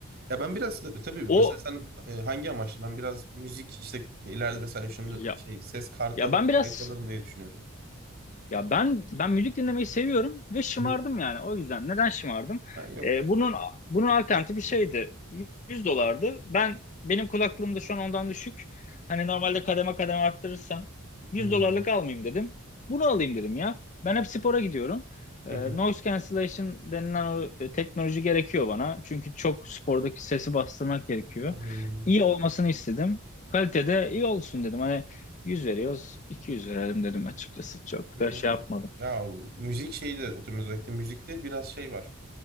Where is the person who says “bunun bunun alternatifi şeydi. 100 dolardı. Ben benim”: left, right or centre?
Left